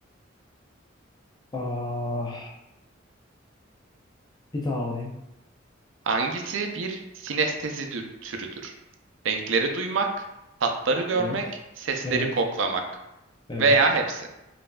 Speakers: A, on the left (about 20°); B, on the right (about 70°).
A: Aa, Bir daha alayım.
B: Hangisi bir sinestezi dü- türüdür? Renkleri duymak, tatları görmek,
A: Evet,
B: sesleri
A: evet,
B: koklamak
A: evet.
B: veya hepsi.